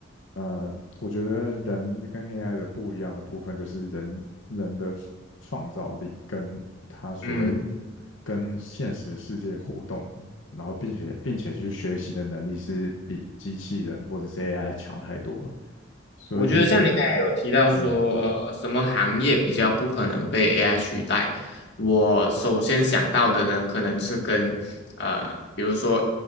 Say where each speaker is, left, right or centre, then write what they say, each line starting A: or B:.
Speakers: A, on the left; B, on the left.
A: 呃，我觉得人跟 AI 的不一样的部分，就是人人的创创造力跟他所谓
B: 嗯？
A: 跟现实世界互动，然后并且并且去学习的能力，是比机器人或者是 AI 强太多了。所以。
B: 我觉得像你刚才有提到说，
A: 嗯。
B: 呃，什么行业比较不可能被 AI 取代？我首先想到的呢，可能是跟呃，比如说